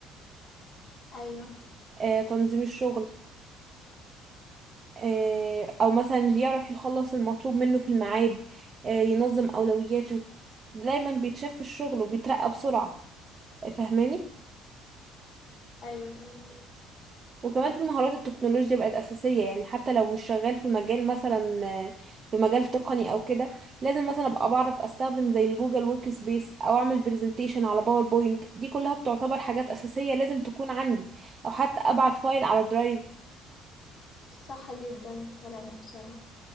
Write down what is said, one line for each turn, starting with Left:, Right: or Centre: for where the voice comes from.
Left: أيوه
Right: آه تنظيم الشغل آه او مثلا اللي يعرف يخلص المطلوب منه في الميعاد آه ينظم اولوياته دايما بيتشاف في الشغل وبيترقى بسرعة آه، فاهماني
Left: أيوه طبعا
Right: وكمان في مهارات التكنولوجيا بقت أساسية يعني حتى لو مش شغال في مجال مثلا آه، في مجال تقني أو كده لازم مثلا أبقى بعرف أستخدم زي الجوجل ورك سبيس أو أعمل برزنتيشن على باوربوينت دي كلها بتعتبر حاجات أساسية لازم تكون عندي أو حتى أبعت فايل على درايف
Left: صح جدا كلامك بصراحة